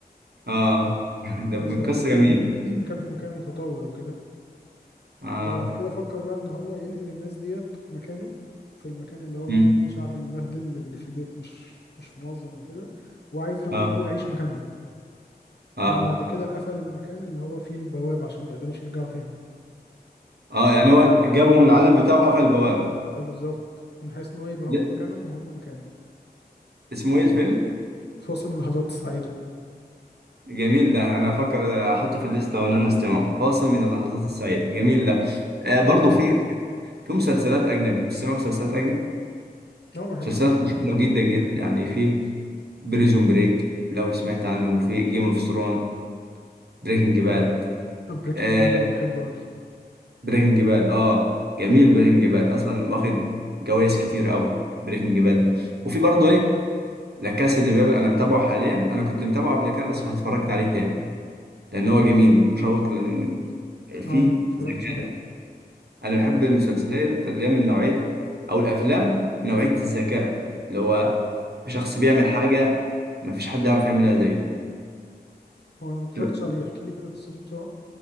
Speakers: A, on the right; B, on the left.
A: اه <laughs>
B: وفي
A: ده
B: نفس الوقت
A: قصه
B: هم
A: جميله
B: <clears throat> كانوا في مكان متطور وكده
A: اه
B: وبعد كده فكر بقى إن هو ينقل الناس ديت مكانه في المكان اللي هو
A: امم
B: المكان الشعبي المبهدل اللي فيه بيت مش مش منظم وكده وعايز يروح
A: اه
B: بقى هو يعيش مكانهم
A: اه
B: وبعد كده قفل المكان اللي هو فيه البوابة عشان ما يقدروش يرجعوا تاني
A: اه يعني هو جابهم العالم بتاعه وقفل البوابه
B: اه بالظبط من حيث ان هو يبقى هو
A: لا،
B: مكانهم وهم مكانه
A: اسمه ايه الفيلم؟
B: فاصل من اللحظات السعيدة
A: جميل ده انا افكر احطه في الليسته وانا أنا استمعه فاصل من اللحظات السعيده جميل ده آه برضو
B: حلو
A: في في مسلسلات أجنبي بتسمع مسلسلات أجنبي؟
B: اه بحبها
A: مسلسلات مشهورة جدا جدا يعني في بريزون بريك لو سمعت عنه وفي جيم اوف ثرون بريكنج باد
B: بريكنج
A: آه
B: باد انا بحبه قوي
A: بريكنج باد اه جميل بريكنج باد اصلا واخد جوائز كتير قوي بريكنج باد ده وفي برضه ايه لا كاسا دي بابل انا متابعه حاليا انا كنت متابعه قبل كده بس ما اتفرجت عليه تاني لان هو جميل مشوق لان فيه
B: اه انا ما اتفرجتش
A: ذكاء
B: عليه
A: انا بحب المسلسلات اللي هي من نوعيه او الافلام من نوعيه الذكاء يعني اللي هو في شخص بيعمل حاجه ما فيش حد يعرف يعملها زيه
B: هو انا ما اتفرجتش
A: تبقى-
B: عليه احكي لي كده قصته بسرعة